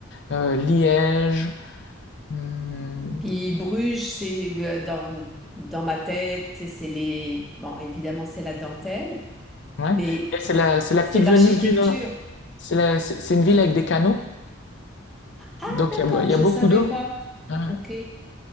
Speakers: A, on the left (about 55°); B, in the centre.
A: Euh, Liège. Hmm,
B: Puis Bruges, c'est euh, dans, dans ma tête, c'est les... Bon, évidemment, c'est la dentelle,
A: Ouais.
B: mais
A: Et c'est la,
B: ah,
A: c'est la
B: c'est
A: petite
B: l'architecture.
A: Venise du Nord. C'est la- c'est c'est une ville avec des canaux,
B: Ah
A: donc
B: D'accord,
A: il y a, il y
B: je
A: a beaucoup
B: ne savais
A: d'eau.
B: pas.
A: Ouais.
B: Ok.